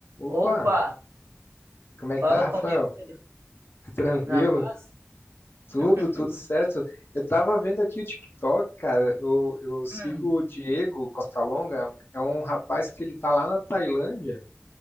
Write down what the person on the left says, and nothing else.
Opa,
como é
que tá, Rafael?
<laughs> Tranquilo?
Tudo,
tudo certo. Eu tava vendo aqui o TikTok, cara. Eu, eu sigo
o Diego Costa Longa, é um é um rapaz que ele tá lá na Tailândia.